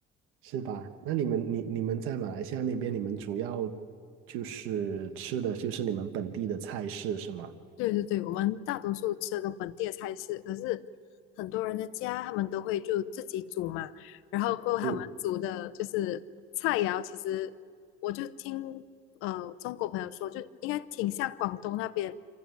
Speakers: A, on the right (about 85°); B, on the left (about 85°).
A: 是吧？那你们你你们在马来西亚那边，你们主要就是吃的就是你们本地的菜式是吗？
B: 对对对，我们大多数吃的都本地的菜式，可是很多人的家他们都会就自己煮嘛，然后过后他们煮的就是菜肴，
A: 嗯
B: 其实我就听呃中国朋友说，就应该挺像广东那边